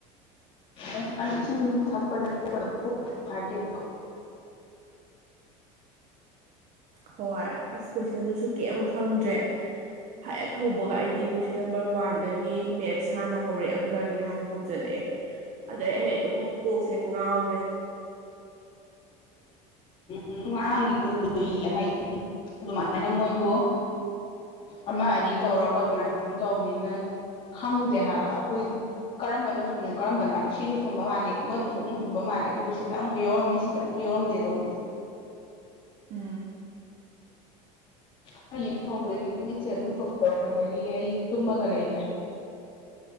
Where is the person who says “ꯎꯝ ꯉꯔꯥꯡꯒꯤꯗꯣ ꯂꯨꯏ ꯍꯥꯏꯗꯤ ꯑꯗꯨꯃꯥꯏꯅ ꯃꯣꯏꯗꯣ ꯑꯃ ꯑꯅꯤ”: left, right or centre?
Left